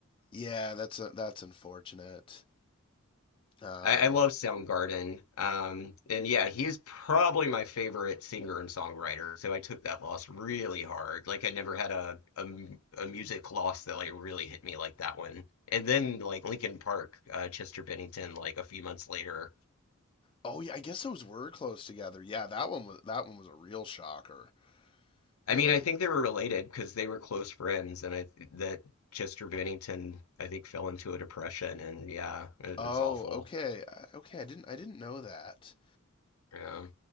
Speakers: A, on the left (about 25°); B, on the left (about 75°).
A: Yeah, that's uh that's unfortunate. Um,
B: I, I love Soundgarden. Um, and yeah, he is probably my favorite singer and songwriter. So I took that loss really hard. Like I never had a a, m- a music loss that like really hit me like that one. And then like Linkin Park, uh, Chester Bennington, like a few months later.
A: oh yeah, I guess those were close together. Yeah, that one was that one was a real shocker. It's
B: I mean,
A: like
B: I think they were related because they were close friends, and I that Chester Bennington, I think, fell into a depression, and yeah, it,
A: Oh,
B: it's awful.
A: okay. I- Okay, I didn't I didn't know that.
B: Yeah.